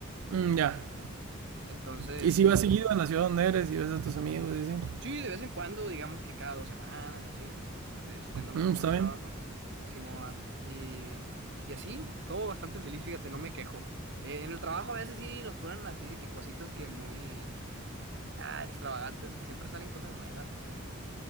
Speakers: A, on the right; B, on the right.
A: Mm, ya.
B: Entonces,
A: Y
B: sí.
A: si vas seguido a la ciudad donde eres y ves a tus amigos y así.
B: Sí, de vez en cuando, digamos que cada dos semanas, así. De este, no los
A: Mm,
B: tengo
A: está
B: tan
A: bien.
B: abajo. Simón. Y, y así, todo bastante feliz, fíjate, no me quejo. Eh, en el trabajo a veces sí nos ponen así, de que cositas que muy ah, extravagantes, que siempre salen cosas nuevas, y así.